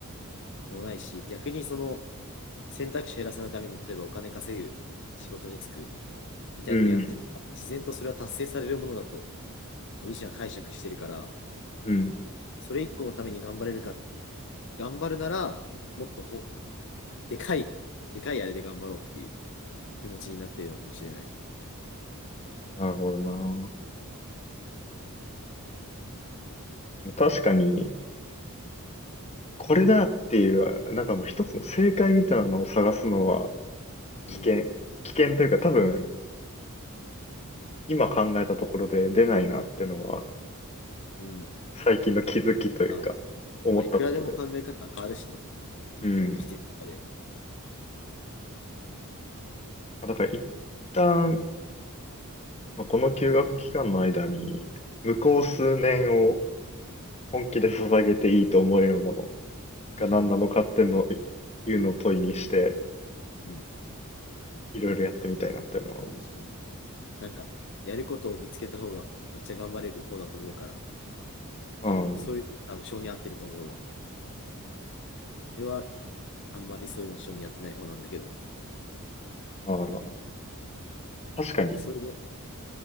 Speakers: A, on the left; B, on the left.
A: でもないし、逆にその選択肢を減らさないために、例えばお金稼ぐ仕事に就くみたいなのをやってったら、
B: うん。
A: 自然とそれは達成されるものだと、俺自身は解釈してるから、
B: うん。
A: それ一個のために頑張れるか、頑張るなら、もっとほ、でかい、でかいあれで頑張ろうっていう気持ちになってるのかもしれない。
B: なるほどな。確かに、これだっていう、なんかもう一つの正解みたいなのを探すのは危険、
A: うん。
B: 危険というか多分、今考えたところで出ないなっていうのは、
A: うん。
B: 最近の気づきというか、
A: あ、
B: 思ったことで。
A: まあ、いくらでも考え方は変わるしね。
B: うん。
A: 生きてる中で。
B: だから一旦、まあこの休学期間の間に、向こう数年を
A: うん。
B: 本気で捧げていいと思えるものが何なのかっていうのを、
A: うん。
B: いうのを問いにして、
A: うん。
B: いろいろやってみたいなっていうのは
A: 確かになんか、やることを見つけた方がめっちゃ頑張れる方だと思うから、
B: 思う、
A: 多分そういう、
B: うん。
A: 多分性に合ってると思うわ。俺はあんまりそういうの性に合ってない方なんだけど、
B: ああ、確かに。
A: そういうの、